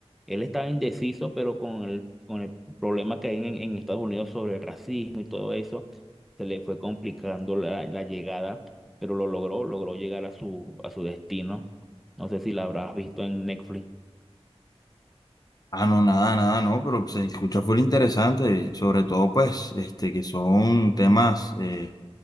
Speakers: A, in the centre; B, on the left.
A: Él está indeciso, pero con el, con el problema que hay en, en Estados Unidos sobre el racismo y todo eso, se le fue complicando la la llegada pero lo logró, logró llegar a su, a su destino. No sé si la habrás visto en Netflix.
B: Ah, no, nada, nada, no, pero se escucha full interesante, sobre todo, pues, este, que son temas, eh,